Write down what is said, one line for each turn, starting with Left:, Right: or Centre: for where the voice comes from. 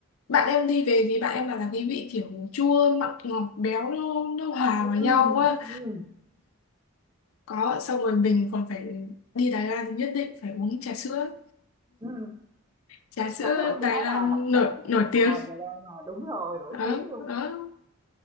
Left: bạn em đi về thì bạn em bảo là cái vị kiểu chua mặn ngọt béo nó, nó hòa
Right: Ừ.
Left: vào nhau quá
Right: Ừ.
Left: có xong rồi mình còn phải đi Đài Loan thì nhất định phải uống trà sữa
Right: Ừ.
Left: trà sữa
Right: Tráng miệng cái
Left: Đài
Right: đó
Left: Loan
Right: là đặc
Left: nổi
Right: sản của
Left: nổi tiếng
Right: Hà Đà à, đúng rồi, nổi
Left: đó
Right: tiếng luôn
Left: đó